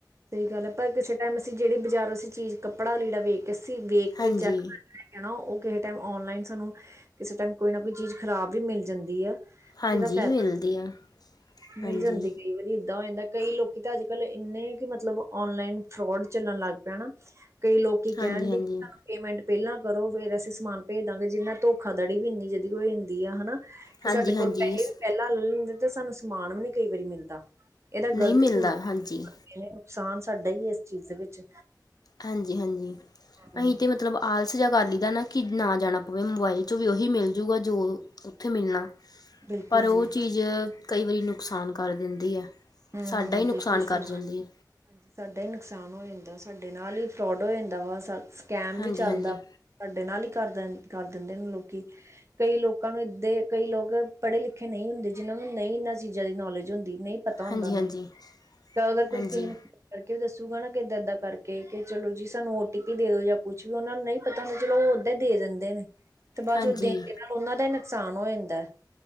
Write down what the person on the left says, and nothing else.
ਹਾਂਜੀ
ਹਾਂਜੀ
ਮਿਲਦੀ ਆ
ਹਾਂਜੀ
ਹਾਂਜੀ
ਹਾਂਜੀ
ਹਾਂਜੀ
ਹਾਂਜੀ
ਸ-
ਨਹੀਂ
ਮਿਲਦਾ
ਹਾਂਜੀ
ਹਾਂਜੀ-ਹਾਂਜੀ
ਅਸੀਂ ਤੇ ਮਤਲਬ ਆਲਸ ਅਗਾਲੀ ਦਾ ਨਾ ਕਿ ਨਾ ਜਾਣਾ ਪਵੇ, ਮੋਬਾਈਲ 'ਚੋਂ ਵੀ ਉਹੀ ਮਿਲ ਜੂਗਾ ਜੋ ਉੱਥੇ ਮਿਲਣਾ।
ਪਰ ਉਹ
ਚੀਜ਼ ਕਈ ਵਾਰੀ ਨੁਕਸਾਨ ਕਰ ਦਿੰਦੀ ਹੈ।
ਸਾਡਾ ਹੀ ਨੁਕਸਾਨ
ਕਰ ਜਾਂਦੀ ਐ।
ਹਾਂਜੀ
ਹਾਂਜੀ
ਹਾਂਜੀ
ਹਾਂਜੀ
ਹਾਂਜੀ
ਹਾਂਜੀ